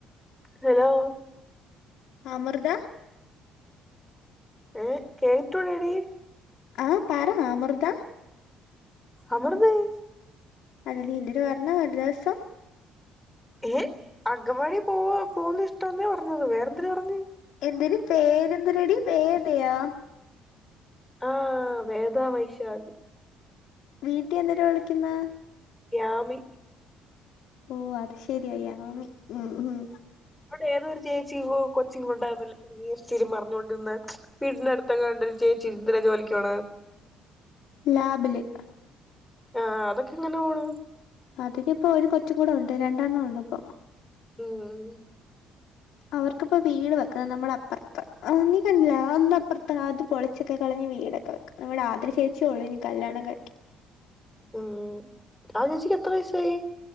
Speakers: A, in the centre; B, on the left.
A: ഹലോ
B: അമൃത
A: ഏ കേട്ടൂടെടി
B: ആ പറഅമൃത
A: അമൃതയേ
B: അല്ലടി ന്റൊരു <unintelligible> ദിവസം
A: ഏ അങ്കവാടി പോവ പോകുന്ന ഇഷ്ടംന്നേ പറഞ്ഞത് വേറെന്തിര് പറഞ്ഞത്.
B: എന്തിര് പേരെന്തിരടി വേദയോ?
A: ആ വേദ വൈശാഖ്
B: വീട്ടിൽ എന്തിര് വിളിക്കുന്നു
A: യാമി
B: ഓ അത് ശെരിയ. യാമി ഉം ഉം
A: ഏതോരു ചേ ച്ചി കു കൊച്ചിങ്ങോട്ടാണല്ലോ തിരിമറിഞ്ഞൊണ്ടിരന്ന് വീടിനടുത്തങ്ങാണ്ടൊരു ചേചിന്തര ജോലിക്കോണ
B: ലാബില്
A: ആ അതൊക്കെങ്ങനെ പോണ
B: അതൊക്ക ഇപ്പൊ ഒരു കൊ മ കൂടെ ഉണ്ട് രണ്ടെണ്ണം ഉണ്ടണ്ട് അപ്പൊ
A: ഉ ഉ
B: അവർക്കിപ്പോ വീട് വെക്കുന്നത് നമ്മള അപ്പുറത്തം നീ കണ്ടില്ല അന്ന്പ്പുറത്തം അത് പൊളിച്ചൊക്കെ കളഞ്ഞഞ് വീടൊക്കെ വെക്കും നമ്മടെ ആദ്ര ചേച്ചി ഒളിഞ്ഞു കല്യാണം കഴിക്കും
A: ഉം ആ ചേച്ചിക്ക് എത്ര വയസ്സായി